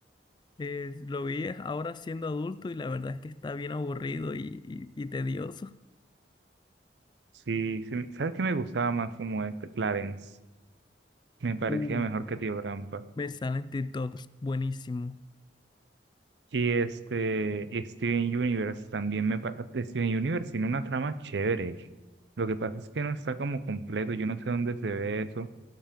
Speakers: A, on the left (about 25°); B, on the right (about 75°).
A: Eh, lo vi ahora siendo adulto y la verdad es que está bien aburrido y, y y tedioso.
B: Sí, sí, sabes que me gustaba más como este, Clarence. Me parecía
A: Uh,
B: mejor que Tío Rampa.
A: Me sale en TikTok, buenísimo.
B: Y este, y Steven Universe también me parece, Steven Universe tiene una trama chévere. Lo que pasa es que no está como completo, yo no sé dónde se ve eso,